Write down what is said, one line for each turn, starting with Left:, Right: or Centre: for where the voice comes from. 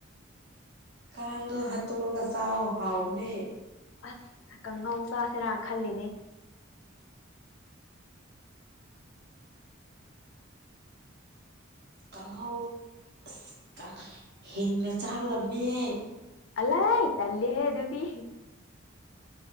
Right: ꯀꯥꯡꯗꯣ ꯍꯥꯠꯇꯔꯒ ꯆꯥꯎ ꯍꯥꯎꯅꯦ
Left: ꯑꯁ ꯀꯥꯡꯍꯧ ꯆꯁꯤꯔ ꯈꯜꯂꯤꯅꯤ
Right: ꯀꯥꯡꯍꯥꯎ ꯑꯁ ꯍꯤꯡꯅ ꯆꯥꯒꯗꯕꯅꯤꯍꯦ
Left: ꯑꯜꯥꯏ ꯇꯜꯂꯦꯦ ꯑꯗꯨꯗꯤ